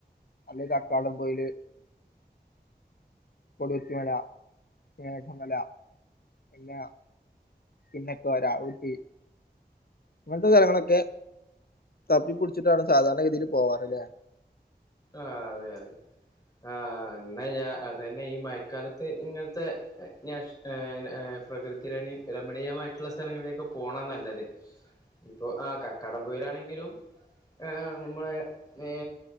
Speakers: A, on the left; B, on the left.
A: അല്ലെ ക ക്കാടം പോയില് കൊടുകു ത്തി മല മേഘമല പില്ലാ പിന്നക്കെ ഒരാ ഊട്ടി അങ്ങനത്തെ സ്ഥലങ്ങളൊക്കെ തപ്പിപ്പിടിച്ചിട്ടാണ് സാധാരണ ഗതിൽ പോവാറല്ലേ
B: ആ അതെ അതെ ആഹ എന്നാൽ ഞാ അതു തന്നെ ഈ മഴക്കാലത്ത് ഇങ്ങനത്തെ <unintelligible> പ്രകൃതിരണ രമണീയമായിട്ടുള്ള സ്ഥലങ്ങളിലേക്കെ പോണം നല്ലത് ഇപ്പൊ ആ കക്കാടം പോയിലാണെങ്കിലും ആഏ നമ്മള് ഏ